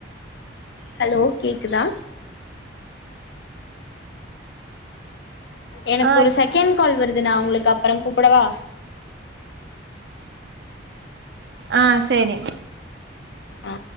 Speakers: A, on the left (about 60°); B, on the right (about 60°).
A: ஹலோ கேக்குதா எனக்கு
B: ஆ
A: ஒரு செகண்ட் கால் வருது நா உங்களுக்கு அப்றம் கூப்புடவா
B: ஆ சேரி
A: அ